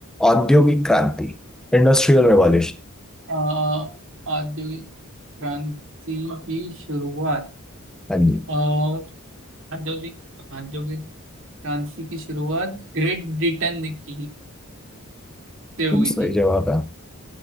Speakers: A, in the centre; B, on the right.
A: औद्योगिक क्रांति इंडस्ट्रियल रेवोल्यूशन
B: अ, औद्योगिक क्रांति की शुरुआत
A: हाँ जी
B: और औद्योगिक औद्योगिक क्रांति की शुरुआत ग्रेट ब्रिटेन की से हुई
A: एकदम सही
B: थी
A: जवाब है